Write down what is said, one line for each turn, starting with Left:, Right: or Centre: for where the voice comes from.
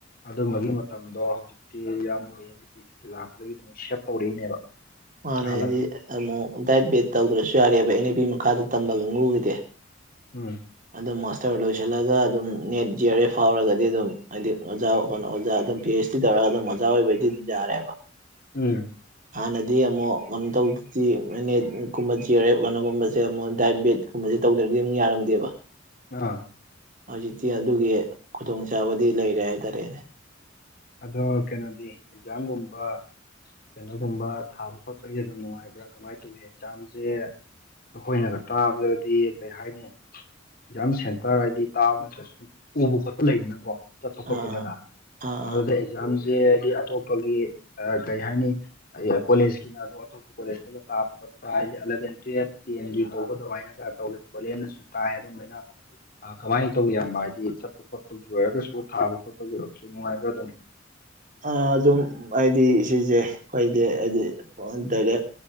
Left: ꯑꯗꯨꯝꯕꯒꯤ ꯃꯇꯝꯗꯣ ꯍꯧꯖꯤꯛꯇꯤ ꯌꯥꯝ ꯑꯣꯏꯌꯦ ꯂꯥꯛꯄꯗꯒꯤ ꯑꯗꯨꯝ ꯁꯦꯞ ꯇꯧꯔꯛꯏꯅꯦꯕ
Right: ꯃꯥꯅꯦ
Left: ꯍꯜꯂꯛꯄꯁꯦ
Right: ꯍꯥꯏꯗꯤ ꯑꯃꯨꯛ ꯗꯥꯏꯠ ꯕꯦꯠ ꯇꯧꯗ꯭ꯔꯁꯨ ꯌꯥꯔꯦꯕ ꯑꯦꯟ ꯑꯦ ꯄꯤ ꯃꯈꯥꯗ ꯇꯝꯕ ꯀꯥꯡꯒꯨꯒꯤꯗꯤ
Left: ꯎꯝ
Right: ꯑꯗꯨꯝ ꯃꯥꯁꯇꯔ ꯂꯣꯏꯁꯤꯜꯂꯒ ꯑꯗꯨꯝ ꯅꯦꯠ ꯖꯤ ꯑꯔ ꯑꯦ ꯐꯥꯎꯔꯒꯗꯤ ꯑꯗꯨꯝ ꯍꯥꯏꯗꯤ ꯑꯣꯖꯥ ꯀꯩꯅꯣ ꯑꯣꯖꯥ ꯑꯗꯨꯝ ꯄꯤ ꯑꯩꯆ ꯗꯤ ꯇꯧꯔꯒ ꯑꯗꯨꯝ ꯑꯣꯖꯥ ꯑꯣꯏꯕꯩꯗꯤ ꯑꯗꯨꯝ ꯌꯥꯔꯦꯕ
Left: ꯎꯝ
Right: ꯍꯥꯟꯅ ꯗꯤ ꯑꯃꯨꯛ ꯀꯩꯅꯣ ꯇꯧꯗꯗꯤ ꯅꯠꯀꯨꯝꯕ ꯆꯦꯔꯦꯞ ꯀꯩꯅꯣꯒꯨꯝꯕꯁꯦ ꯑꯃꯨꯛ ꯗꯥꯏꯠ ꯕꯦꯠ ꯀꯨꯝꯕꯁꯦ ꯇꯧꯗ꯭ꯔꯗꯤ ꯑꯗꯨꯝ ꯌꯥꯔꯝꯗꯦꯕ
Left: ꯑꯥ
Right: ꯍꯧꯖꯤꯛꯇꯤ ꯑꯗꯨꯒꯤ ꯈꯨꯗꯣꯡꯆꯥꯥꯕꯗꯤ ꯂꯩꯔꯦ ꯍꯥꯏꯇꯥꯔꯦꯅꯦ
Left: ꯑꯗꯣ ꯀꯩꯅꯣꯗꯤ ꯑꯦꯛꯖꯥꯝꯒꯨꯝꯕ ꯀꯩꯅꯣꯒꯨꯝꯕ ꯊꯥꯕ ꯈꯣꯠꯄꯒꯤꯁꯦ ꯑꯗꯨꯝ ꯅꯨꯡꯉꯥꯏꯕ꯭ꯔꯥ ꯀꯃꯥꯏꯅ ꯇꯧꯏ ꯑꯦꯛꯖꯥꯝꯁꯦ ꯑꯩꯈꯣꯏꯅꯒ ꯇꯥꯕꯗꯗꯤ ꯀꯩ ꯍꯥꯏꯅꯤ ꯑꯦꯛꯖꯥꯝ ꯁꯦꯟꯇꯔ ꯍꯥꯏꯗꯤ ꯇꯥꯕ ꯅꯠꯇ꯭ꯔꯁꯨ ꯁꯨꯝ ꯎꯕ ꯈꯣꯠꯄ ꯂꯩꯗꯅꯀꯣ ꯆꯠꯄ
Right: ꯑ
Left: ꯈꯣꯠꯄꯗꯒ
Right: ꯑ
Left: ꯑꯗꯨꯗ ꯑꯦꯛꯖꯥꯝꯁꯦ ꯍꯥꯏꯗꯤ ꯑꯇꯣꯞꯄꯒꯤ ꯀꯩ ꯍꯥꯏꯅꯤ ꯀꯣꯂꯦꯖꯀꯤꯅ ꯑꯣꯇ ꯀꯣꯂꯦꯇ ꯇꯥ ꯈꯣꯠꯄ ꯍꯥꯏꯗꯤ ꯑꯦꯂꯚꯦꯜ ꯇ꯭ꯨꯌꯜꯞ ꯇꯦꯟꯒꯤ ꯇꯧꯕ ꯑꯗꯨꯃꯥꯏꯅ ꯈꯔ ꯇꯧꯋꯦ ꯈꯣꯂ ꯅ ꯇꯥꯏ ꯑꯗꯨꯝ <unintelligible> ꯀꯃꯥꯏꯅ ꯇꯧ ꯌꯥꯕ ꯍꯥꯏꯗꯤ ꯆꯠꯄ ꯈꯣꯠꯄꯒꯤ ꯑꯣꯏꯔꯒꯁꯨ ꯊꯥꯕ ꯈꯣꯠꯄꯒꯤ ꯑꯣꯏꯔꯒꯁꯨ ꯅꯨꯡꯉꯥꯏꯕ꯭ꯔ ꯇꯝ
Right: ꯑꯗꯨꯝ ꯍꯥꯏꯗꯤ ꯁꯤꯁꯦ ꯑꯩꯈꯣꯏꯗꯦ ꯍꯥꯏꯗꯤ ꯗꯥꯏꯔꯦꯛ